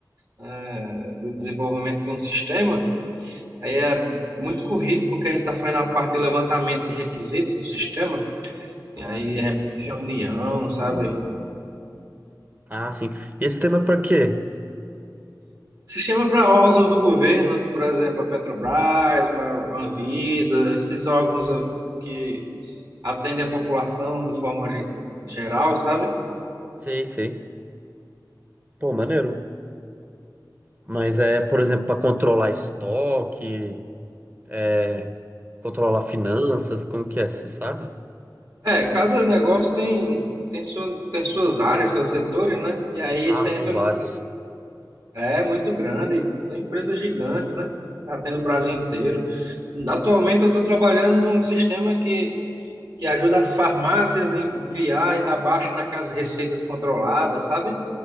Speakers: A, on the right; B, on the right.
A: é, de desenvolvimento de um sistema. Aí é muito corrido porque a gente está fazendo a parte de levantamento de requisitos do sistema.
B: Ah,
A: E aí
B: sim.
A: é reunião, sabe?
B: Ah, sim. E esse tema é pra quê?
A: Sistema para órgãos do governo, por exemplo, a Petrobras, para a Anvisa, esses órgãos ah, que atendem a população de forma ge- geral, sabe?
B: Sei, sei. Pô, maneiro. Mas é, por exemplo, pra controlar estoque, é, controlar finanças, como que é? Você sabe?
A: É, cada negócio tem, tem, sua, tem suas áreas, seus setores, né? E aí
B: Ah,
A: você
B: são
A: entra
B: vários.
A: no. É muito grande, são empresas gigantes, né? Atende o Brasil inteiro. Atualmente eu estou trabalhando num sistema que, que ajuda as farmácias a enviar e dar baixa naquelas receitas controladas, sabe?